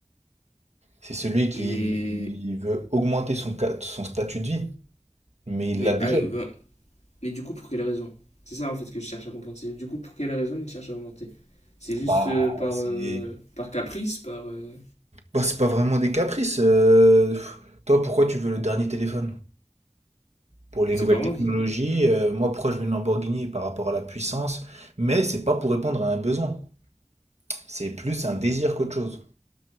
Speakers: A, on the right; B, on the left.
A: C'est celui qui
B: mais
A: veut augmenter son, ca- son statut de vie, mais il
B: mais
A: l'a déjà.
B: ah, ben,
A: lui.
B: Mais du coup, pour quelle raison C'est ça en fait que je cherche à comprendre. C'est du coup, pour quelle raison il cherche à augmenter C'est juste
A: Bah,
B: euh, par,
A: c'est
B: euh, par caprice, par. euh,
A: bah, c'est pas vraiment des caprices. euh, pff. Toi, pourquoi tu veux le dernier téléphone? pour les
B: C'est
A: nouvelles
B: par envie.
A: technologies. euh, moi, pourquoi je veux une Lamborghini par rapport à la puissance? Mais c'est pas pour répondre à un besoin. C'est plus un désir qu'autre chose.